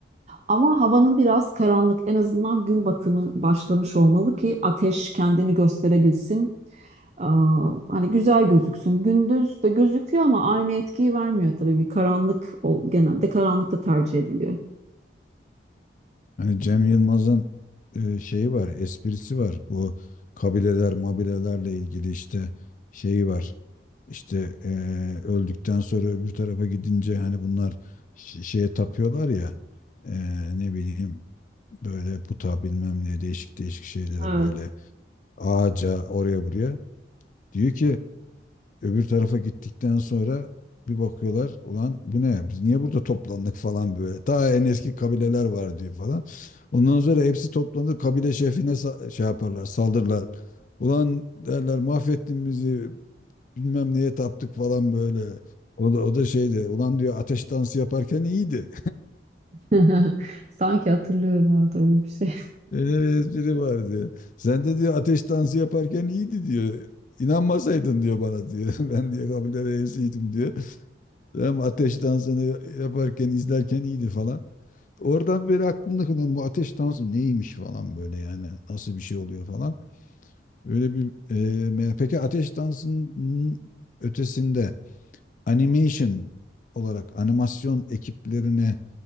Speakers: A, on the right (about 40°); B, on the left (about 45°).
A: Ama havanın biraz karanlık. En azından gün batımı başlamış olmalı ki ateş kendini gösterebilsin. Aa, hani güzel gözüksün. Gündüz de gözüküyor ama aynı etkiyi vermiyor tabii. Bir karanlık ol, genelde karanlıkta tercih ediliyor.
B: Hani Cem Yılmaz'ın e, şeyi var, esprisi var. Bu kabileler, mabilelerle ilgili işte şeyi var. İşte e, öldükten sonra öbür tarafa gidince hani bunlar ş- şeye tapıyorlar ya e, ne bileyim böyle puta bilmem ne değişik değişik şeylere
A: Evet.
B: böyle ağaca oraya buraya. Diyor ki Öbür tarafa gittikten sonra bir bakıyorlar ulan bu ne biz niye burada toplandık falan böyle. Ta en eski kabileler var diyor falan. Ondan sonra hepsi toplanır kabile şefine sa- şey yaparlar saldırırlar. Ulan derler mahvettin bizi bilmem neye taptık falan böyle. O da, o da şeydi ulan diyor ateş dansı yaparken iyiydi.
A: <laughs> Sanki hatırlıyorum evet öyle bir şey.
B: <laughs> Öyle bir espri vardı. Sen de diyor ateş dansı yaparken iyiydi diyor. İnanmasaydın diyor bana diyor. <laughs> Ben diye kabile reisiydim diyor. Hem ateş dansını yaparken izlerken iyiydi falan. Oradan beri aklımda kalan bu ateş dansı neymiş falan böyle yani nasıl bir şey oluyor falan. Öyle bir e, me- peki ateş dansının ötesinde animation olarak animasyon ekiplerine